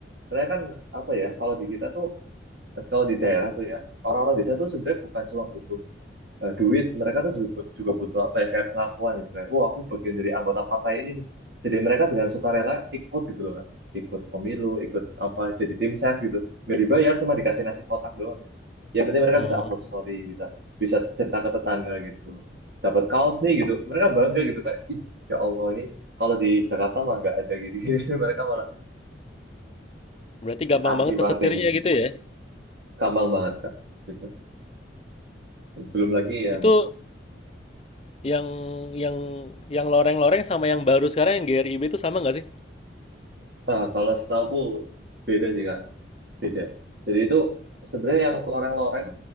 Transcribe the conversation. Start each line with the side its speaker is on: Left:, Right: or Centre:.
Right: Mereka kan apa ya? Kalau di kita tuh, kalau di daerah tuh ya, orang-orang desa tuh sebenarnya bukan cuma butuh eh, duit mereka tuh juga, juga butuh apa ya kayak pengakuan gitu kayak wah aku bagian dari anggota partai ini nih jadi mereka dengan sukarela ikut gitu loh kan ikut pemilu ikut apa jadi tim ses gitu nggak dibayar cuma dikasih nasi kotak doang gitu yang penting mereka
Left: Oh,
Right: bisa upload story bisa bisa cerita ke tetangga gitu dapat kaos nih gitu mereka bangga gitu kayak ih ya Allah ini kalau di Jakarta mah nggak ada gini, <laughs> gini. mereka malah
Left: berarti
Right: <laughs>
Left: gampang
Right: anti
Left: banget
Right: banget
Left: kesetirnya
Right: kayak gini
Left: gitu ya.
Right: gampang banget kak gitu belum lagi yang
Left: Itu yang yang yang loreng-loreng sama yang baru sekarang yang GRIB itu sama nggak sih?
Right: ah kalau setahu beda sih kak beda. Jadi itu sebenarnya yang loreng-loreng